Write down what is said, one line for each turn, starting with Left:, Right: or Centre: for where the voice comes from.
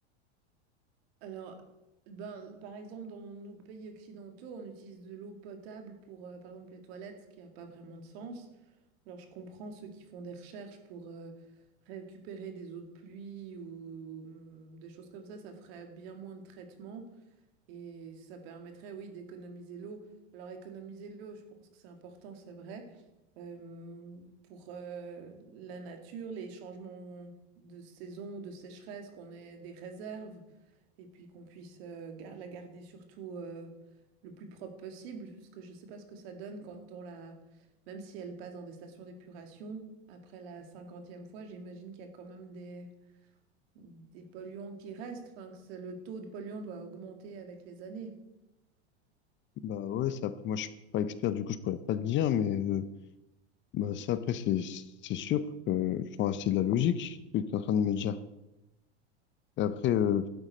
Right: Alors, ben, par exemple, dans nos pays occidentaux, on utilise de l'eau potable pour, euh, par exemple, les toilettes, ce qui n'a pas vraiment de sens. Alors, je comprends ceux qui font des recherches pour euh, récupérer des eaux de pluie ou hum, des choses comme ça, ça ferait bien moins de traitement. Et ça permettrait, oui, d'économiser l'eau. Alors, économiser l'eau, je pense que c'est important, c'est vrai. Euh, pour euh, la nature, les changements de saison, de sécheresse, qu'on ait des réserves et puis qu'on puisse euh, gar- la garder surtout euh, le plus propre possible. Parce que je ne sais pas ce que ça donne quand on la... Même si elle passe dans des stations d'épuration, après la cinquantième fois, j'imagine qu'il y a quand même des, des polluants qui restent. Enfin, que c'est- le taux de polluants doit augmenter avec les années.
Left: Bah ouais, c'est après, moi, je suis pas expert, du coup, je pourrais pas te dire, mais... euh, Bah, ça, après, c'est, c'est sûr que enfin, c'est de la logique ce que tu es en train de me dire. Et après, euh,